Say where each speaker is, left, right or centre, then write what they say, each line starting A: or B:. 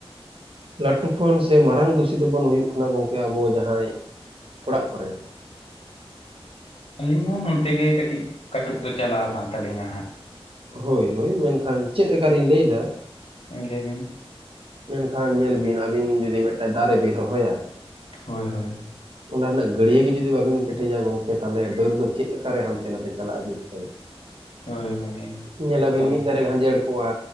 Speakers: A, on the right (about 60°); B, on the left (about 80°).
A: ᱞᱟᱹᱴᱩ ᱠᱷᱚᱱ ᱥᱮ ᱢᱟᱨᱟᱝ ᱫᱩᱥᱤ ᱫᱚᱵᱚᱱ ᱦᱩᱭᱩᱜ ᱠᱟᱱᱟ ᱜᱚᱢᱠᱮ ᱟᱵᱚ ᱡᱟᱦᱟᱸᱭ, ᱚᱲᱟᱜ ᱠᱚᱨᱮᱱ᱾
B: ᱟᱹᱞᱤᱧ ᱦᱚᱸ ᱚᱱᱛᱮ ᱜᱮ ᱠᱟᱹᱴᱤᱡ ᱠᱟᱹᱴᱩᱵ ᱫᱚ ᱪᱟᱞᱟᱣ ᱟᱠᱟᱱ ᱛᱟᱹᱞᱤᱧᱟ ᱦᱟᱸᱜ᱾
A: ᱦᱳᱭ ᱦᱳᱭ ᱢᱮᱱᱠᱷᱟᱱ ᱪᱮᱫᱠᱟᱨᱤᱧ ᱞᱟᱹᱭᱮᱫᱟ,
B: ᱞᱟᱹᱭᱵᱮᱱ?
A: ᱢᱮᱱᱠᱷᱟᱱ ᱧᱮᱞ ᱵᱤᱱ ᱟᱵᱤᱱ ᱡᱩᱫᱤ ᱢᱤᱫᱴᱟᱝ ᱫᱟᱨᱮ ᱵᱤᱱ ᱨᱚᱦᱚᱭᱟ,
B: ᱦᱳᱭ ᱦᱳᱭ᱾
A: ᱚᱱᱟ ᱨᱮᱱᱟᱜ ᱜᱟᱹᱲᱭᱟᱹ ᱜᱮ ᱡᱩᱫᱤ ᱵᱟᱵᱤᱱ ᱠᱮᱴᱮᱡᱟ ᱜᱚᱢᱠᱮ ᱛᱟᱦᱚᱞᱮ ᱰᱟᱹᱨ ᱫᱚ ᱪᱮᱫ ᱞᱮᱠᱟᱨᱮ ᱦᱟᱱᱛᱮ ᱱᱟᱛᱮ ᱪᱟᱞᱟᱜᱼᱟ ᱡᱩᱜᱛ ᱥᱟᱺᱦᱤᱡ᱾
B: ᱦᱳᱭ ᱦᱳᱭ
A: ᱧᱮᱞᱟᱵᱤᱱ
B: ᱮᱠᱫᱚᱢ
A: ᱢᱤᱫ ᱫᱷᱟᱨᱮ ᱜᱷᱟᱸᱡᱮᱲ ᱠᱚᱜᱼᱟ